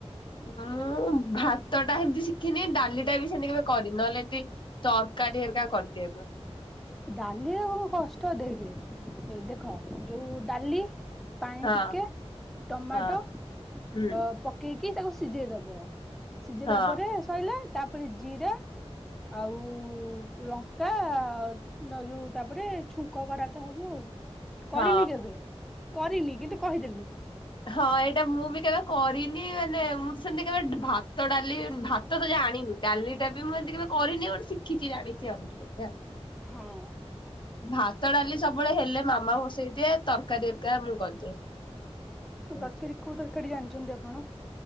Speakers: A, on the left (about 50°); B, in the centre.
A: ହଁ ମୁଁ ଭାତ ଟା ହେମିତି ଶିଖିନି ଡାଲି ଟା ବି ସେମିତି କେବେ କରିନି ନଏଲେ ଏମତି ତରକାରୀ ହରିକା କରିଦିଏ।
B: ଡାଲିରେ କଣ କଷ୍ଟ ଦେଖେ, ଦେଖ ଯୋଉ ଡାଲି ପାଣି
A: ହଁ
B: ଟିକେ ଟମାଟୋ
A: ହଁ ହୁଁ
B: ଅ ପକେଇକି ତାକୁ ସିଝେଇ ଦବ। ସିଜେଇ
A: ହଁ
B: ଦବା ପରେ, ଶଇଲା ତାପରେ ଜିରା ଆଉ ଲଙ୍କା ଦ ଯୋଉ ତାପରେ ଛୁଙ୍କ କରା ହବ ଆଉ
A: ହଁ।
B: କରିନି କେବେ। କରିନି କିନ୍ତୁ କହିଦେଲି।
A: ହଁ ଏଇଟା ମୁଁ ବି କେବେ କରିନି ମାନେ ମୁଁ ସେମତି କେବେ ଭାତ ଡାଲି ଭାତ ଭାତ ଜାଣିନି ଡାଲି ଟା ବି ମୁଁ ଏମତି କେବେ କରିନି ଗୋଟେ ଶିଖିଛି ଜାଣିଛି ଦେଖିଆ।
B: ହଁ
A: ଭାତ ଡାଲି ସବୁବେଳେ ହେଲେ ମାମା ବସେଇଦିଏ ତରକାରୀ ଏକା ମୁଁ କରିଦିଏ।
B: ତରକାରି
A: ଏମିତି।
B: କୋଉ ତରକାରି ଜାଣିଛନ୍ତି ଆପଣ।